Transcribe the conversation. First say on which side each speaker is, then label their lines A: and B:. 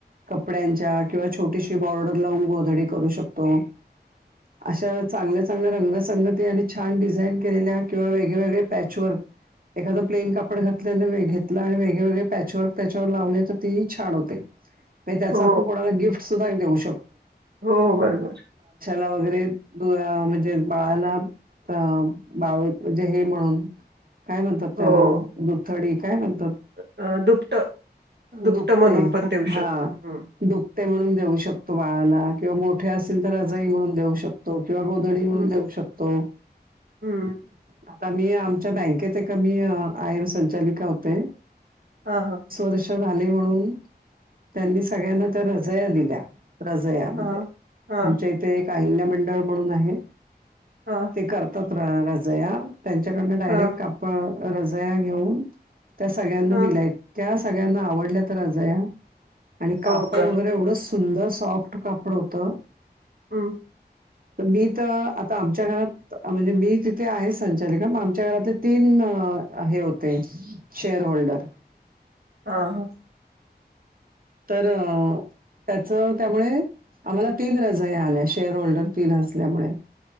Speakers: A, on the right; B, on the right.
A: कपड्यांच्या किंवा छोटीशी बॉर्डर लावून गोधडी करू शकतो. अशा चांगल्या चांगल्या रंगसंगती आणि छान डिझाईन केलेल्या किंवा वेगळेवेगळे पॅच वर् एखादं प्लेन कपडे घातले आणि घेतला आणि वेगळेवेगळे पॅच वर्क त्याच्यावर लावले तर तेही छान होते. त्याच
B: हो
A: आपण कोणाला गिफ्ट सुद्धा देऊ शको.
B: हो बरोबर
A: वगैरे म्हणजे बाळाला अं बाळुथ म्हणजे हे म्हणून काय म्हणतात त्याला
B: हो
A: दुथडी काय म्हणतात?
B: अ, दुपट दुपट
A: दुपते
B: म्हणून पण देऊ
A: हा
B: शकतो. हं
A: दुपते म्हणून. देऊ शकतो बाळाला किंवा मोठे असतील तर रजई म्हणून देऊ शकतो. किंवा गोधडी म्हणून
B: हं
A: देऊ शकतो.
B: हं
A: आता मी आमच्या बँकेत ऐक मी आयर संचालिका होते.
B: हा हां
A: <unintelligible> झालं म्हणून त्यांनी सगळ्यांना त्या रजया दिल्या. रजया म्हणजे
B: हां. हां
A: आमच्या इथे एक अहिल्यामंडळ म्हणून आहे.
B: हां
A: ते करतात रज रजया त्यांच्याकडून डायरेक्ट
B: हां
A: कापड रजया घेऊन त्या सगळ्यांना
B: हां
A: दिलाय. सगळ्यांना आवडल्या तर रजया आणि कापड
B: हो का
A: वगैरे एवढ सुंदर सॉफ्ट कपड होतं.
B: हं
A: तर मी तर आता आमच्या घरात म्हणजे मी तिथे आहे सं आमच्या घरातले तीन हे होते शेअर होल्डर.
B: हा हां
A: तर त्याच त्यामुळे आम्हाला तीन रजया आल्या शेअर होल्डर तीन असल्यामुळे.